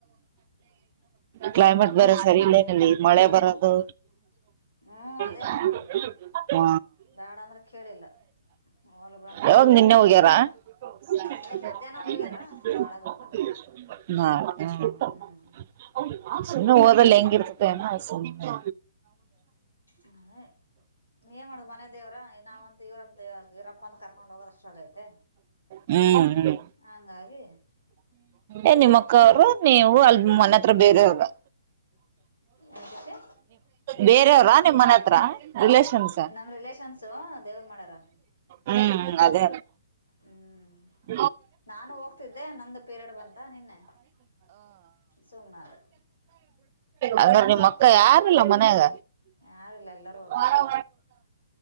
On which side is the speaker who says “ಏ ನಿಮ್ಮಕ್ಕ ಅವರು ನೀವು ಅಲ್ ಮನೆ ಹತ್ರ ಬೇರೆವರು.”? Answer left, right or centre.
Right